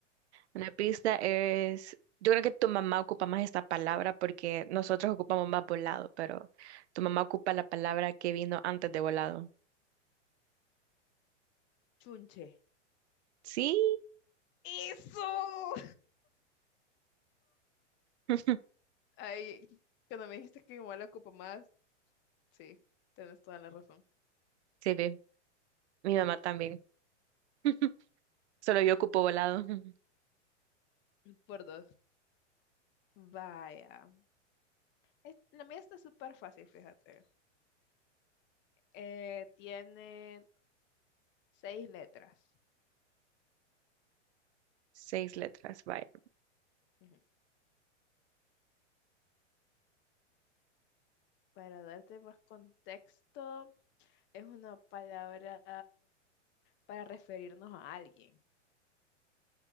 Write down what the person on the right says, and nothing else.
una pista es... Yo creo que tu mamá ocupa más esta palabra porque nosotros ocupamos más volado, pero tu mamá ocupa la palabra que vino antes de volado.
Sí,
<laughs>
se ve. Mi mamá también. <laughs> Solo yo ocupo volado. <laughs>
Seis letras, vaya.